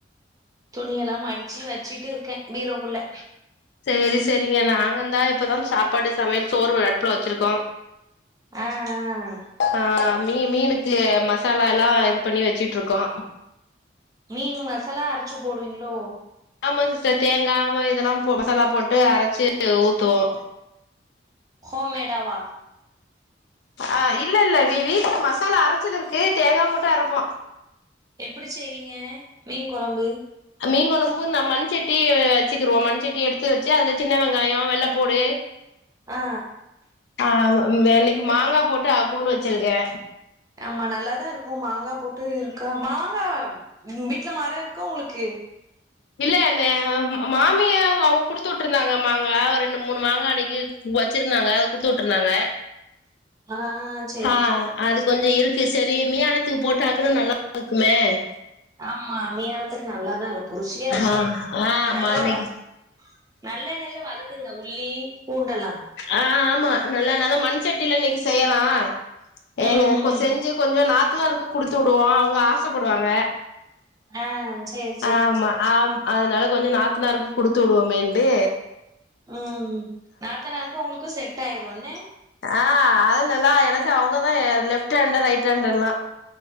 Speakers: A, on the right (about 20°); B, on the left (about 65°).
A: துணி எல்லா மடிச்சி வச்சிட்டு இருக்கே பீரோக்குள்ள
B: சேரி சேரிங்க நாங்க இந்தா இப்பதா சாப்பாடு சமையல் சோறு ஒரு அடுப்புல வச்சிருக்கோ
A: ஆ ஆ
B: ஆ மீ மீனுக்கு மசாலா எல்லா இது பண்ணி வெச்சிட்டிருக்கோ
A: மீனு மசாலா அரச்சி போடுவீங்ளோ
B: ஆமா சிஸ்டர் தேங்கா மா இதெல்லா போ மசாலா போட்டு அரைச்சி ஊத்துவோ
A: ஹோம் மேடாவா
B: அ இல்ல இல்ல வீ வீட்டு மசாலா அரச்சிது இருக்கு தேங்கா போட்டு அரப்போ
A: எப்டி செய்வீங்க மீன் கொழம்பு
B: மீன் கொழம்பு நம் மண் செட்டி வ வ வெச்சிக்கிருவோ மண் செட்டி எடுத்து வெச்சி அதுல சின்ன வெங்காயோ வெள்ளப்பூடு
A: ஆ
B: ஆ வ் வேலைக்கு மாங்கா போட்டு அவ் கூழு வச்சிருக்கே
A: ஆமா நல்லாதா இருக்கு மாங்கா போட்டு இருக்கா மாங்கா வீட்ல மரோ இருக்கா உங்களுக்கு
B: இல்ல நே ம் மா மாமியா அவுங்க குடுத்து உட்ருந்தாங்க மாங்கா ஒரு ரெண்டு மூணு மாங்கா அன்னைக்கு வச்சிருந்தாங்க அத குடுத்து உட்டுருந்தாங்க
A: ஆ ஆ அத்
B: ஆ அது கொஞ்சோ இருக்கு செரி மியானத்துக்கு போட்டு ஆக்குனா நல்லா இருக்குமே
A: ஆமா மியானத்துக்கு நல்லாதா இருக்கு ருசியா இருக்கு
B: ஆ ஆமா
A: நல்லவுகா
B: இன்னைக்கு
A: நல்லெண்ணையில வதக்குங்க உள்ளி பூண்டெல்லா
B: ஆ ஆமா நல்லெண்ண தா மண் சட்டில இன்னைக்கு செய்யலா
A: ம்
B: ஏங்க
A: ம்
B: கொ செஞ்சி கொஞ்சோ நாத்தனாருக்கோ குடுத்து உடுவோ அவுங்க ஆசப்படுவாங்க
A: அ சேர்
B: ஆமா ஆம் அதனால கொஞ்சோ நாத்தனாருக்கு குடுத்து உடுவோமேண்டு
A: உம் நாத்தனாருக்கு உங்ளுக்கு செட் ஆயிருன்னே
B: ஆ அது நல்லா எனக்கு அவுங்கதா லெஃப்ட் ஹேண்ட் ரைட் ஹேண்ட் எல்லா